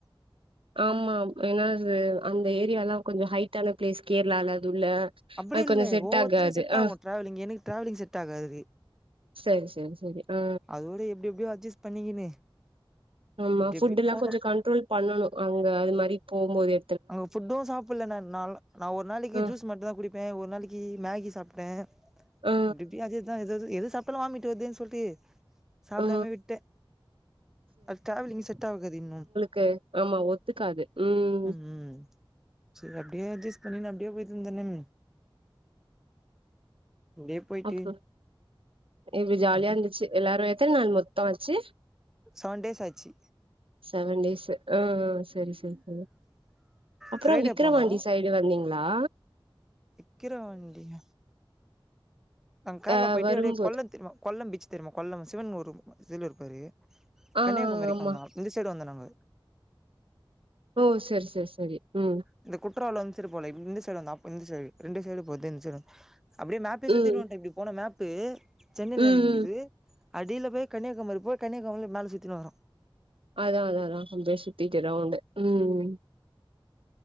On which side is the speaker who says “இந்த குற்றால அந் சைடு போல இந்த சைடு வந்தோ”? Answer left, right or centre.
Centre